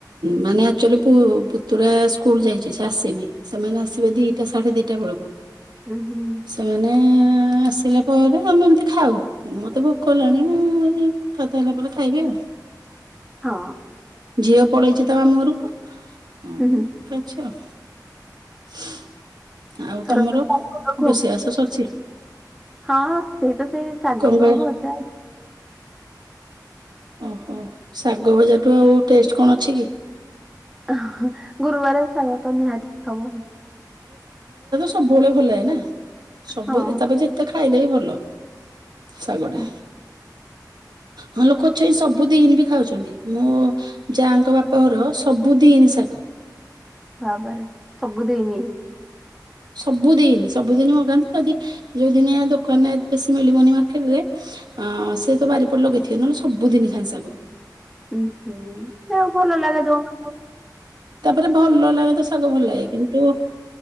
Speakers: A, on the right; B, in the centre.
A: ମାନେ ଆକ୍ଚୁଆଲି ପୁ ପୁତୁରା ସ୍କୁଲ ଯାଇଚି ସେ ଆସିନି। ସେମାନେ ଆସିବେ ଦିଟା ସାଢେ ଦିଟା ବେଳୁକୁ
B: ହୁଁ ହୁଁ
A: ସେମାନେ ଆଁ ଆସିଲା ପରେ ଆମେ ଏମତି ଖାଉ କିନ୍ତୁ ମତେ ଭୋକ ହେଲାଣି ମୁଁ ଏଇ କଥାବାର୍ତ୍ତା ହେଲା ପରେ ଖାଇବି ଆଉ।
B: ହଁ
A: ଝିଅ ପଳେଇଚି ତା ମାମୁଘରୁକୁ ଅ
B: ହୁଁ
A: ମୁଁ
B: ହୁଁ
A: ଏକା ଅଛି ଆଉ। <unintelligible> ତମର
B: ରଜ ତ <inaudible>
A: ରୋଷେଇବାସ ସରିଛି
B: ହଁ ସେଇ ତ ସେଇ ଶାଗ
A: କଣ କହ
B: ଭଜା
A: ଓହୋ ଶାଗ ଭଜାଠୁ ଆଉ ଟେଷ୍ କଣ ଅଛି କି?
B: ଅହଁ ଗୁରୁବାରେ ଶାଗ ତ ନିହାତି ହବ।
A: ସବୁଅଳେ ଭଲ ଲାଗେ ନାଁ। ସବୁ
B: ହଁ
A: ତା ପରେ ଯେତେ ଖାଇଲେ ବି ଭଲ। ଶାଗଟା।
B: କି
A: ହଁ ଲୋକ ଅଛଇ ସବୁ ଦିନି ବି ଖାଉଚନ୍ତି ମୋ ଯାଙ୍କ ବାପା ଘର ସବୁ ଦିନି ଶାଗ।
B: ବାବାରେ ସବୁ ଦିଇନି।
A: ସବୁଦିନି ସବୁଦିନି ମଗାନ୍ତି ଯଦି ଯୋଉ ଦିନିଆ ଦୋକାନେ ବେଶୀ ମିଳିବନି ମାର୍କେଟରେ ଅଁ ସେ ତ ବାରିପଟେ ଲଗେଇଥିବେ ନହେଲେ ସବୁଦିନି ଖାଆନ୍ତି ଶାଗ।
B: ଉଁ ହୁଁ ଯାହାକୁ ଭଲ ଲାଗେ ଯୋଉ <inaudible>
A: ରେ ଭଲ ଲାଗେ ତ ଶାଗ ଭଲ ଲାଗେ କିନ୍ତୁ